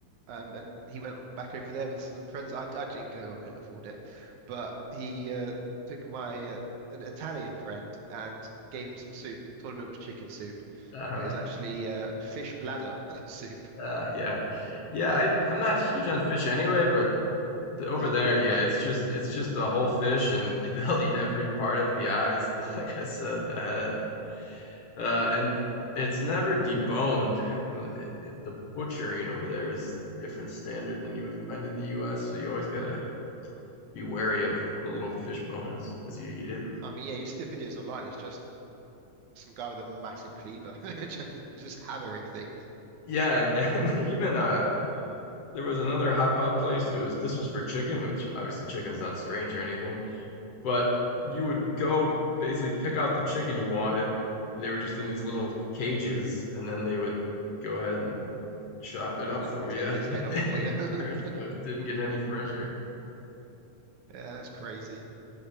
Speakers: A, on the right; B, on the left.
A: um, and he went back over there with some friends. I, I didn't go, I couldn't afford it, but he uh, took my uh, an Italian friend and gave him some soup. Told him it was chicken soup,
B: uh,
A: but it was actually uh, fish bladder <laughs> soup.
B: uh, yeah, yeah. I I'm not huge on fish anyway, but the,
A: No,
B: over there,
A: nor am
B: yeah,
A: I.
B: it's just it's just a whole fish, and <laughs> they'll eat every part of the eyes, <laughs> like I said, the head, uh, and it's never deboned. Well, It, it, the butchering over there is a different standard than you would find in the U.S. So you always gotta be wary of the little fish bones as you eat it.
A: I mean, yeah, you see the videos online. It's just some guy with a massive cleaver, <laughs> just just hammering things.
B: Yeah, and, and <laughs> even uh There was another hot pot place. It was this was for chicken, which obviously chicken's not strange or anything, but you would go basically pick out the chicken you wanted. They were just in these little cages, and then they would go ahead and chop it up
A: Ta-
B: for
A: Take
B: you
A: its head
B: <laughs>
A: off for
B: and
A: you. <laughs>
B: prepare it <laughs> so it didn't get any fresher.
A: Yeah, that's crazy.